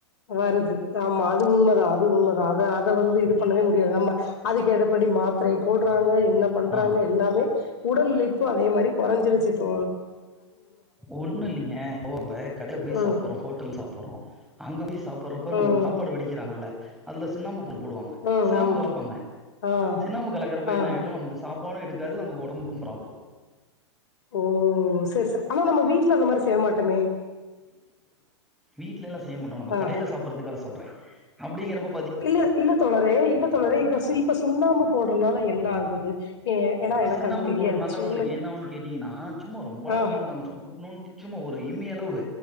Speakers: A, on the left; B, in the centre.
A: வருது ஆமா அது உண்மதா அது உண்மதா அத அது அத வந்து இது
B: இப்
A: பண்ணவே முடியாது நம்ம அதுக்கு எடப்படி மாத்திரைய போடுறாங்க என்ன பண்றாங்க
B: ஆ
A: எல்லாமே உடல் உழைப்பு அதே மாரி கொறஞ்சிருச்சுடு
B: ஒண்ணு இல்லிங்க ப்ப நம்ப கடைய போய்
A: ம்,
B: சாப்பறோ ஹோட்டல் சாப்பறோ அங்க போய் சாப்பறப்போ
A: ம்,
B: நமக்கு சாப்பாடு வடிக்கிறாங்கல்ல அது சின்ன மு ப் போடுவாங்க
A: ம்.
B: சின்னாம்பு
A: ஆமா.
B: கலப்பாங்க
A: ஆ,
B: சின்னாம்பு கலக்கறப்ப
A: ஆ.
B: என்ன ஆயிடும் நமக்கு சாப்பாடு எடுக்காது நமக்கு ஒடம்புக்கு ப்ராப்ளம்
A: ஓ சேர் சே ஆனா நம்ம வீட்டுல அந்த மாரி செய்ய மாட்டோமே
B: வீட் ட்ல எல்ல செய்ய மாட்டோ நம்ப
A: ஆ.
B: கடையில சாப்பறதுல சொல்றே அப்பிடிங்கிறப்போ
A: இல்ல இல்ல தோழாரே இல்ல தோழரே இப்ப இப்ப சுண்ணாமு போடறனால என்ன ல்ல ஆகுது ஏ ஏன்னா எனக்கு
B: சின்னாம்பு
A: அது தெரியாது.
B: போடுறனால
A: சுண்ண
B: உங்களுக்கு என்ன அவுன் கேட்டீங்கன்னா சும்மா ரொம்பெலா
A: ஆ,
B: கழக்க மாட்டாங்க சும்மா துக்கணும்னு சும்மா ஒரு இம்மி அளவு